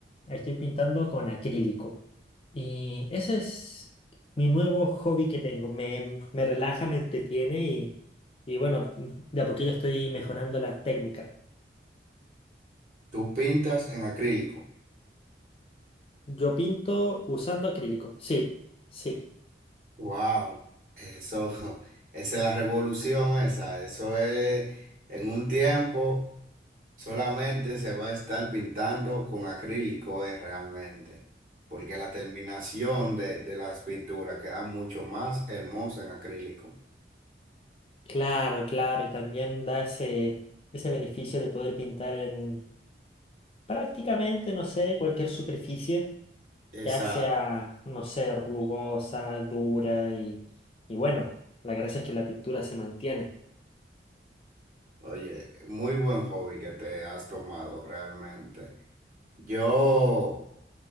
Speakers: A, on the left; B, on the right.
A: Estoy pintando con acrílico. Y ese es mi nuevo hobby que tengo. Me, me relaja, me entretiene y, y bueno, de a poquillo estoy mejorando la técnica.
B: tú pintas en acrílico.
A: Yo pinto usando acrílico. Sí, sí.
B: Wow, eso, <laughs> esa es la revolución esa. Eso es, en un tiempo solamente se va a estar pintando con acrílico, es realmente. Porque la terminación de, de las pinturas queda mucho más hermosa en acrílico.
A: Claro, claro. Y también da ese, ese beneficio de poder pintar en prácticamente, no sé, cualquier superficie.
B: Exacto.
A: ya sea, no sé, rugosa, dura y, y bueno, la gracia es que la pintura se mantiene.
B: Oye, muy buen hobby que te has tomado realmente. Yo